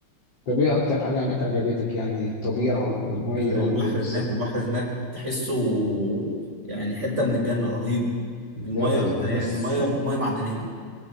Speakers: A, on the left; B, on the right.
A: طب ايه اكتر حاجة هناك عجبتك يعني الطبيعة
B: ال-
A: ولا المية
B: ال- البحر
A: ولا ايه بالظبط
B: هناك البحر هناك تحسه يعني حته من الجنه رهيب
A: بجد
B: الميه
A: والله
B: انت يعني
A: بس
B: ميه ميه معدنيه